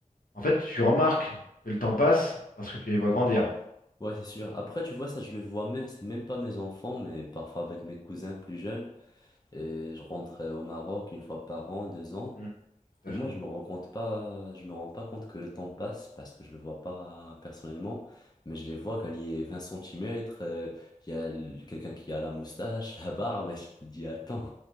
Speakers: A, on the left (about 85°); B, on the left (about 30°).
A: en fait, tu remarques que le temps passe lorsque tu les vois grandir.
B: Ouais, c'est sûr. Après, tu vois, ça, je le vois même, c'est même pas mes enfants, mais parfois avec mes cousins plus jeunes. Et je rentre euh, au Maroc une fois par an, deux ans.
A: Mm, tout
B: Et
A: à
B: moi,
A: fait.
B: je me rends compte pas, je me rends pas compte que le temps passe parce que je le vois pas personnellement, mais je les vois gagner 20 centimètres. euh, Il y a l- quelqu'un qui a la moustache, <laughs> la barbe, et je te dis, attends.